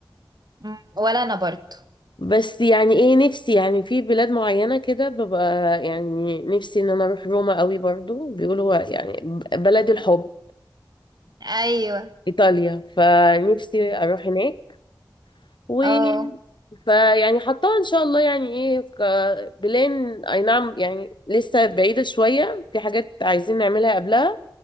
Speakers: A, on the right; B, on the left.
A: مم. ولا انا برضو
B: بس يعني ايه نفسي يعني في بلاد معينة كده ببقى يعني نفسي ان انا اروح روما قوي برضو بيقولوا يعني بلد الحب
A: ايوه
B: ايطاليا فنفسي اروح هناك و
A: اه
B: فيعني حطها ان شاء الله يعني ايه كبلان اي نعم يعني لسه بعيدة شوية في حاجات عايزين نعملها قبلها